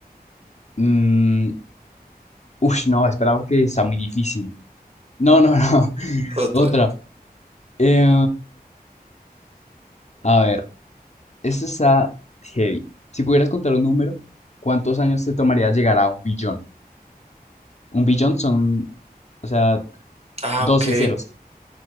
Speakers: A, on the left; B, on the right.
A: Mm, ush, no, espera porque está muy difícil. No, no, no. <laughs>
B: Otra.
A: Otra. Eh, a ver, esta está heavy. Si pudieras contar un número, ¿cuántos años te tomaría llegar a un billón? Un billón son, o sea,
B: Ah,
A: 12
B: ok.
A: ceros.